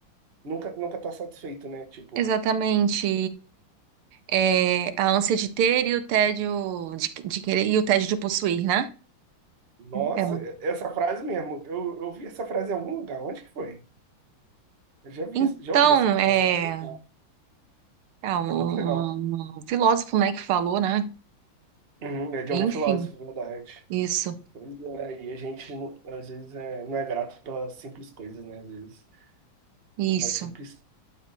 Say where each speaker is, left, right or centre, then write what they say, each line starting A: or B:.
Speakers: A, on the right; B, on the right.
A: nunca, nunca tá satisfeito, né? Tipo,
B: Exatamente. É, a ânsia de ter e o tédio de, de querer e o tédio de possuir, né?
A: Nossa,
B: É.
A: essa frase mesmo. Eu, eu vi essa frase em algum lugar. Onde que foi? Eu já vi,
B: Então,
A: isso- já ouvi essa frase
B: é,
A: em algum lugar.
B: é um,
A: É muito legal.
B: um um filósofo, né, que falou, né?
A: Uhum, é de
B: Enfim,
A: algum filósofo, verdade.
B: isso,
A: Pois é, e a gente, às vezes, é, não é grato pelas simples coisas, né? Às vezes,
B: isso.
A: uma simples.